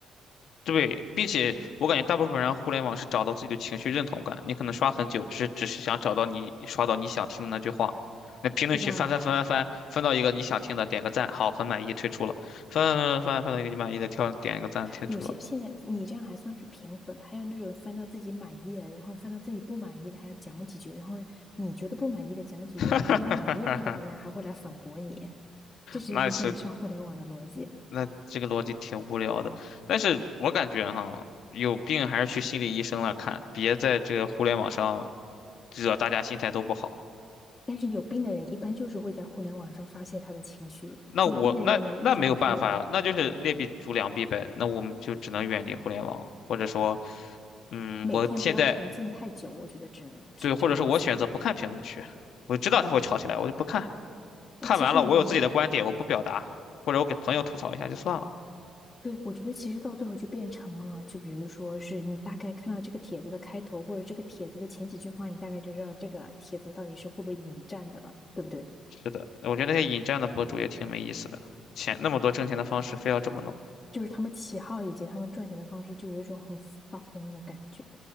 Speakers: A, on the left; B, on the left.
A: 对，并且我感觉大部分人互联网是找到自己的情绪认同感。你可能刷很久，只只是想找到你刷到你想听的那句话。那评论区翻翻翻翻翻，
B: 对吧？
A: 翻到一个你想听的，点个赞，好，很满意，退出了。翻翻翻翻翻翻到一个你满意的，跳点一个赞，退出了。
B: 有些现在你这样还算是平和的，还有那种翻到自己满意的，然后翻到自己不满意的，还要讲几句，然后你觉得不满意的讲几句呢，
A: <laughs>
B: 人家满意那个的呢还会来反驳你，这就是现在上互联网的逻辑。
A: 那是那这个逻辑挺无聊的。但是我感觉哈，有病还是去心理医生那看，别在这个互联网上惹大家心态都不好。
B: 但是有病的人一般就是会在互联网上发泄他的情绪，
A: 那我那那没有办法呀，
B: 有病的人能意识到他有病，
A: 那就是劣币逐良币呗。那我们就只能远离互联网，或者说，嗯，
B: 每天不要沉浸太久，
A: 我现在
B: 我觉得只能这样子。
A: 对，或者是我选择不看评论区，我知道他会吵起来，我就不看。
B: 哎，
A: 看完了，
B: 其实你呢？
A: 我有自己的观点，我不表达，或者我给朋友吐槽一下就算了。
B: 对，我觉得其实到最后就变成了，就比如说是你大概看到这个帖子的开头，或者这个帖子的前几句话，你大概就知道这个帖子到底是会不会引战的了，对不对？
A: 是的，我觉得那些引战的博主也挺没意思的，钱那么多挣钱的方式，非要这么弄。
B: 就是他们起号以及他们赚钱的方式，就有一种很发疯的感觉。